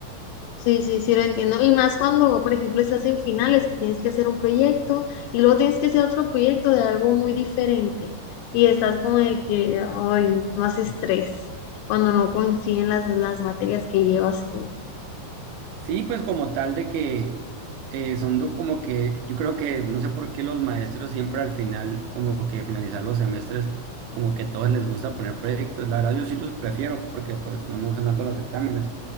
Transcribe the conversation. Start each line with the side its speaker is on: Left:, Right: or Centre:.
Left: Sí, sí, sí, lo entiendo. Y más cuando, por ejemplo, estás en finales, que tienes que hacer un proyecto y luego tienes que hacer otro proyecto de algo muy diferente. Y estás como de que, ay, más estrés cuando no coinciden las, las materias que llevas tú.
Right: Sí, pues como tal de que eh, son do- como que yo creo que no sé por qué los maestros siempre al final, como que finalizar los semestres, como que a todos les gusta poner proyectos. La verdad yo sí los prefiero porque pues no me gustan tanto los exámenes.